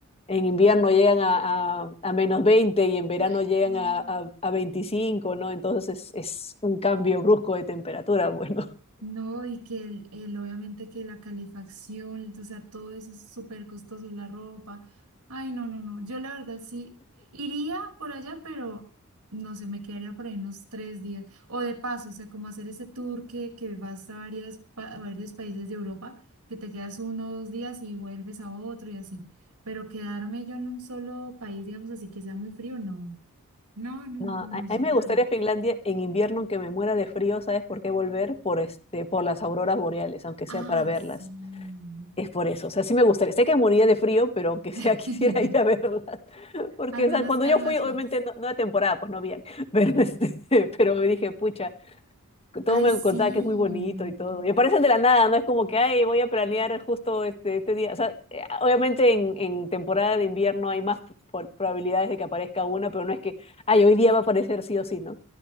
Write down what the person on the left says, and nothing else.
en invierno llegan a, a- a menos 20 y en verano
llegan
a, a, a
25, ¿no? Entonces es, es un cambio brusco de temperatura, <laughs> bueno.
No,
a,
a mí me gustaría Finlandia en invierno, aunque me muera de frío, ¿sabes por qué volver? Por este, por las auroras boreales, aunque sea
para verlas.
Es por eso, o sea, sí me gustaría. Sé que moriría de frío, pero aunque sea
<laughs> quisiera ir a verla. Porque,
o sea, cuando
yo fui,
obviamente
no, no de temporada, pues no bien. Pero, este, <laughs> pero me dije, pucha, todo
me
contaba que es muy bonito y todo. Y aparecen de la nada, no es como que, ay, voy a planear justo este, este día. O sea, eh, obviamente en, en temporada de invierno hay más por- probabilidades de que aparezca una, pero no es que, ay, hoy día va a aparecer sí o sí, ¿no?